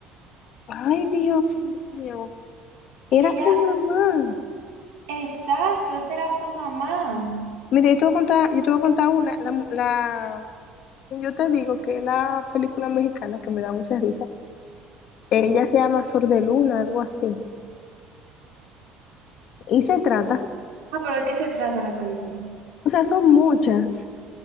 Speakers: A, on the left (about 45°); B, on the right (about 85°).
A: Ay, Dios mío.
B: Y
A: Era
B: ella,
A: tu mamá.
B: exacto, esa era su mamá.
A: Mira, yo te voy a contar, yo te voy a contar una. La, la- yo te digo que es la película mexicana que me da mucha risa. Ella se llama Sor de Luna, algo así. Y se trata,
B: Ah, pero ¿de qué se trata la película?
A: o sea, son muchas,